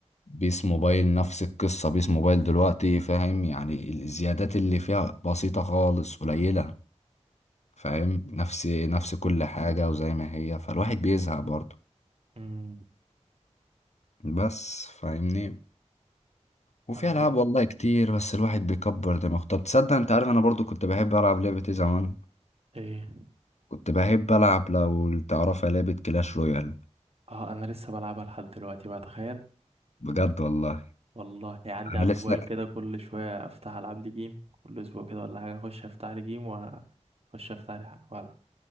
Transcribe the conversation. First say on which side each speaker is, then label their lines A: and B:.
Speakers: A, on the left; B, on the right.
A: بيس موبايل نفس القصة بيس موبايل دلوقتي فاهم يعني الزيادات اللي فيها بسيطة خالص قليلة فاهم نفس نفس كل حاجة وزي ما هي فالواحد بيزهق برضه
B: امم
A: بس فاهمني وفي
B: انا كنت
A: ألعاب والله كتير بس الواحد بيكبر دماغه طب تصدق انت عارف انا برضو كنت بحب ألعب لعبة ايه زمان
B: ايه
A: كنت بحب ألعب لو تعرفها لعبة كلاش رويال
B: اه انا لسه بلعبها لحد دلوقتي بقى تخيل
A: بجد والله
B: والله يعني عندي
A: انا
B: على الموبايل
A: لسه
B: كده كل شويه افتح العب لي جيم كل اسبوع كده ولا حاجه اخش افتح لي جيم واخش افتح لي حاجه ولا